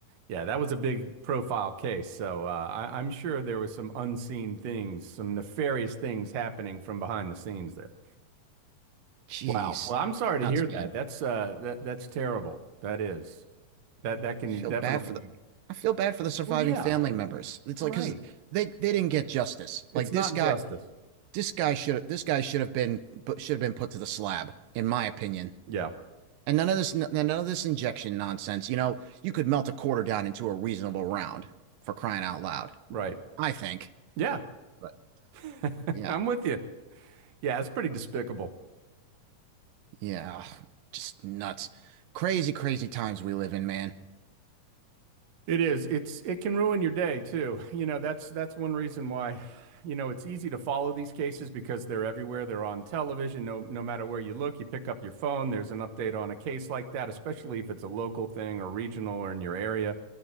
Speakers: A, on the right; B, on the right.
A: Yeah, that was a big profile case. So uh, I, I'm sure there was some unseen things, some nefarious things happening from behind the scenes there.
B: Jeez,
A: Wow. Well, I'm sorry
B: it's
A: to
B: nuts,
A: hear
B: man.
A: that. That's uh, that that's terrible. That is. That that can
B: I feel
A: definitely.
B: bad for I feel bad for the surviving
A: Well, yeah.
B: family members. It's
A: Right.
B: like because they they didn't get justice.
A: It's
B: Like this
A: not
B: guy,
A: justice.
B: this guy should this guy should have been should have been put to the slab, in my opinion.
A: Yeah,
B: And none of this none of this injection nonsense. You know, you could melt a quarter down into a reasonable round for crying out loud.
A: right.
B: I think.
A: Yeah,
B: But
A: <laughs>
B: yeah,
A: I'm with you. Yeah, it's pretty despicable.
B: yeah, just nuts, crazy, crazy times we live in, man.
A: It is. It's it can ruin your day too. <laughs> You know, that's that's one reason why, you know, it's easy to follow these cases because they're everywhere. They're on television. No no matter where you look, you pick up your phone, there's an update on a case like that, especially if it's a local thing or regional or in your area,